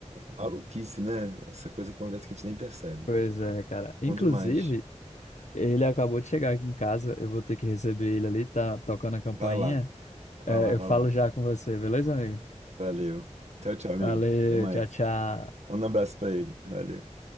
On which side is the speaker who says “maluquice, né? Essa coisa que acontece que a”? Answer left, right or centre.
Right